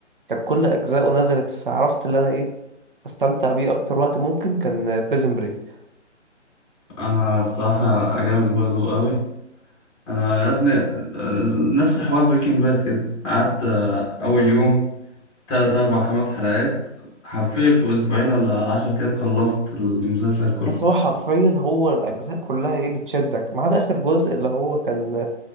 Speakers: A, on the right (about 45°); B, on the left (about 20°).
A: كانت كل اجزائه نزلت فعرفت اللي انا ايه استمتع بيه اكتر وقت ممكن كان بريزن بريك
B: انا الصراحه عجبني برضه قوي انا يا ابني آه، نفس حوار بريكنج باد كده قعدت آه، اول يوم تلات اربع خمس حلقات حرفيا في اسبوعين ولا عشرة ايام خلصت المسلسل كله
A: بس هو حرفيا هو الاجزاء كلها ايه بتشدك ما عدا اخر جزء اللي هو كان